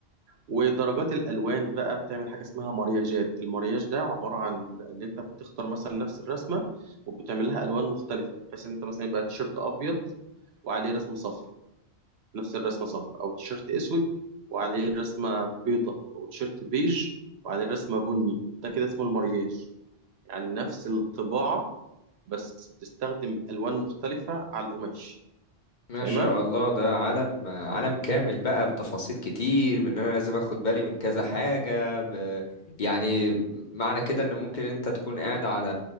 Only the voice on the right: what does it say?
ودرجات الألوان بقى بتعمل حاجة اسمها مرياجات المرياج ده عبارة عن إن أنت بتختار مثلا نفس الرسمة وبتعمل لها ألوان مختلفة بحيث إن أنت مثلا يبقى تيشيرت أبيض وعليه رسمة صفر نفس الرسمة صفر أو تيشيرت أسود وعليه رسمة بيضة أو تيشيرت بيج وعليه رسمة بني ده كده اسمه المرياج يعني نفس الطباعة بس بتستخدم الوان مختلفه على القماش
فاهمها